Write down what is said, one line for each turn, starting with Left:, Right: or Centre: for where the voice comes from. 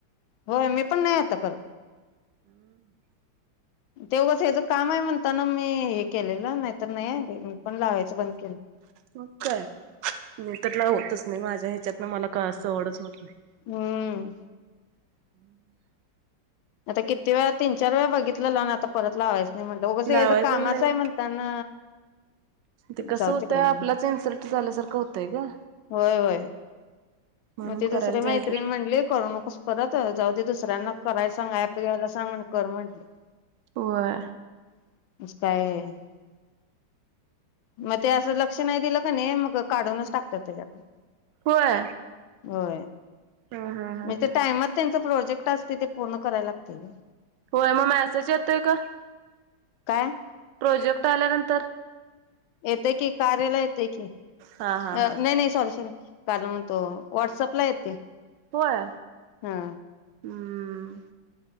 Left: होय मी पण नाही आता कर..
Right: <inaudible>
Left: ते उगच हेज काम आहे म्हणताना मी हे केलेलं नाहीतर नाही मी पण लावायचं बंद केलं...
Right: मग काय मी तर लावतच नाही माझ्या ह्याच्यातन मला कां सवडच होत नाही....
Left: हम्म
Right: <inaudible>
Left: आता किती वेळा तीन चार वेळा बघितलं लावून आता परत लावायचं... नाही म्हणल उगच हेज
Right: लावायचंच
Left: कामाच
Right: नाही.
Left: आहे म्हणताना....
Right: ते कसं
Left: जाऊ
Right: होतय
Left: तिकडं म्हणलं
Right: आपलाच इन्सल्ट झाल्यासारखं होतय ग......
Left: होय होय
Right: म्हणून
Left: मग ते दुसरे
Right: करायला जायच
Left: मैत्रीण
Right: नाही.
Left: म्हणली करू नकोस परत जाऊ दे.... दुसऱ्यांना कराय सांगा ऍप घ्यायला सांगा कर म्हटले....
Right: होय
Left: <inaudible> काय मग ते असं लक क्ष नाही दिलं का नाय मग काढूनच टाकतात त्याच्यात <inaudible>
Right: होय
Left: होय
Right: हं हं हं
Left: म्ह त्या टाइमात त्यां.... ते प्रोजेक्ट असतय ते पूर्ण कराय लागतय ग.
Right: होय म मेसेज येतोय का?
Left: काय?
Right: प्रोजेक्ट आल्यानंतर
Left: येतेय की कार्याला येतय की,
Right: हा हा
Left: अ
Right: हा.
Left: नाही नाही सॉरी सॉरी.... कारण म तो व्हॉट्सअपला येते.
Right: होय
Left: हा
Right: हूं